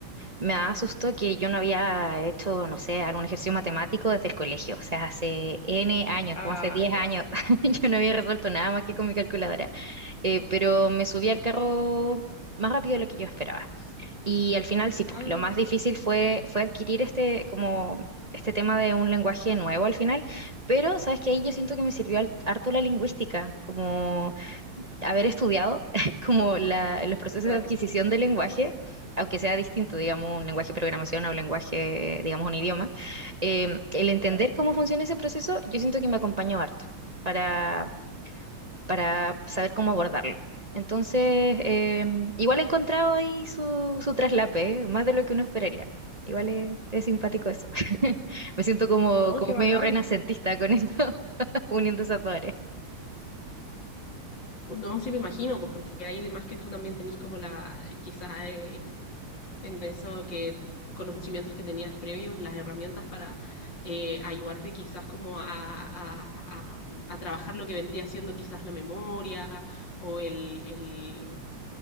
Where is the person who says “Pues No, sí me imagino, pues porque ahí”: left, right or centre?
Left